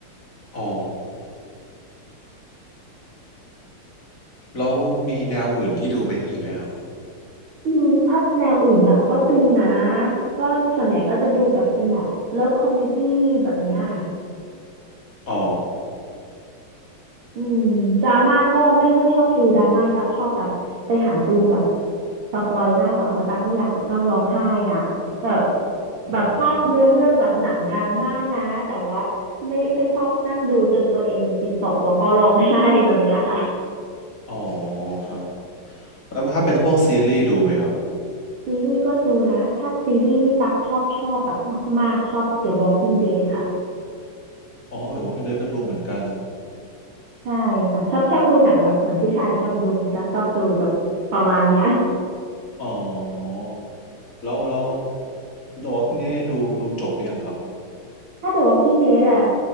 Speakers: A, on the left; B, on the right.
A: อ๋อแล้วมีแนวอื่นที่ดูไหมอีกไหมครับ
B: อืมถ้าแนวอื่นตักก็ดูนะก็ส่วนใหญ่ก็จะดูแบบเป็นแบบเลิฟคอมเมดี้แบบเนี้ยค่ะ
A: อ๋อ
B: อืมดราม่าก็ไม่ค่อยชอบดูดราม่าตักชอบแบบไปหาดูแบบสปอยมากกว่าเพราะตักไม่อยากนั่งร้องไห้อ่ะแบบแบบชอบเนื้อเรื่องแบบหนังดราม่านะแต่ว่า
A: อืม
B: ไม่ไม่ชอบนั่งดูจนตัวเองจิตตกแล้วก็ร้องไห้แบบเนี้ยค่ะ
A: อ๋อครับ แล้วถ้าเป็นพวกซีรีส์ดูไหมครับ
B: ซีรีส์ก็ดูนะถ้าซีรีส์ที่ตักชอบชอบแบบมากๆชอบ The Walking Dead ค่ะ
A: อ๋อ The Walking Dead ก็ดูเหมือนกัน
B: ใช่ค่ะชอบชอบดูหนังแบบเหมือนผู้ชายชอบดูตักชอบดูแบบประมาณเนี้ย
A: อ๋อ แล้วแล้ว The Walking Dead ดูดูจบไปยังครับ
B: ถ้า The Walking Dead อ่ะ